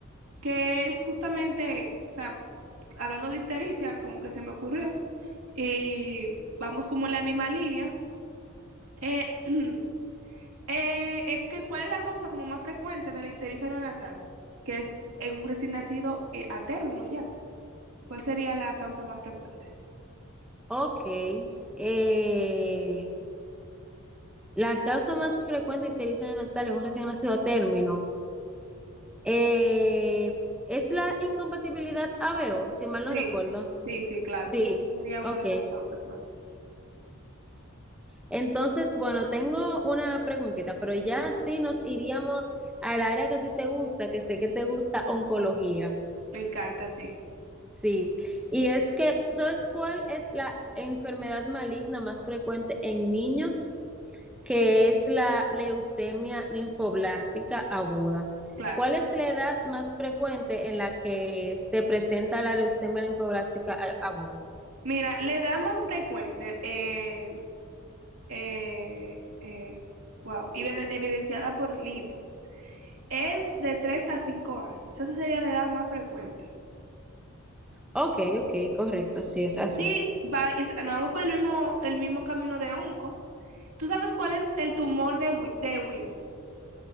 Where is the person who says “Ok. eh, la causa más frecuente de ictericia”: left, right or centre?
Centre